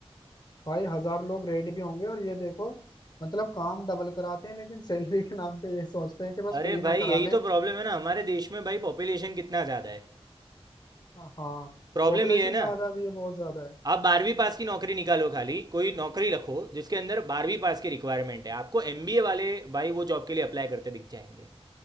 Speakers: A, on the left (about 45°); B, on the right (about 40°).
A: भाई हजार लोग रेडी भी होंगे और ये देखो मतलब काम डबल कराते हैं लेकिन सैलरी के नाम पे ये सोचते हैं कि बस
B: अरे
A: फ्री
B: भाई
A: में करा
B: यही
A: लें
B: तो प्रॉब्लम है ना हमारे देश में भाई पॉपुलेशन कितना ज़्यादा है
A: हाँ
B: प्रॉब्लम
A: पॉपुलेशन
B: ये है ना
A: ज्यादा भी है बहुत ज्यादा है
B: आप बारहवीं पास की नौकरी निकालो खाली कोई नौकरी रखो जिसके अंदर बारहवीं पास की रिक्वायरमेंट है आपको एमबीए वाले भाई वो जॉब के लिए अप्लाई करते दिख जाएंगे